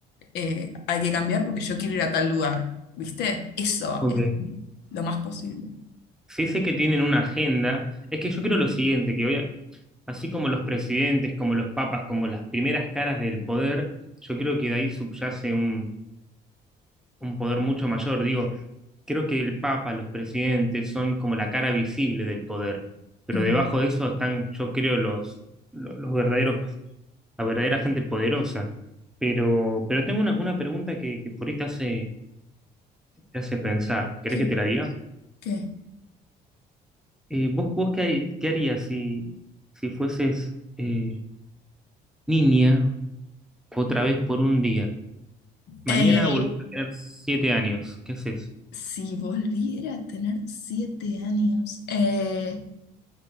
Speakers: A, on the left; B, in the centre.
A: eh, hay que cambiar porque yo quiero ir a tal lugar, ¿viste? Eso
B: Ok.
A: es lo más posible.
B: Sí sé que tienen una agenda. Es que yo creo lo siguiente, que hoy, Así como los presidentes, como los papas, como las primeras caras del poder, yo creo que de ahí subyace un, un poder mucho mayor. Digo, creo que el papa, los presidentes son como la cara visible del poder, pero
A: Mm,
B: debajo de eso están, yo creo, los, lo- los, verdaderos, la verdadera gente poderosa. Pero, pero tengo una, una pregunta que, que por ahí te hace, te hace pensar. ¿Querés
A: sí,
B: que te la diga?
A: ¿qué?
B: Eh, ¿vos, vos qué, qué harías si, si fueses eh, niña otra vez por un día? Mañana
A: Eh,
B: volvés a tener siete años. ¿Qué haces?
A: si volviera a tener siete años, eh,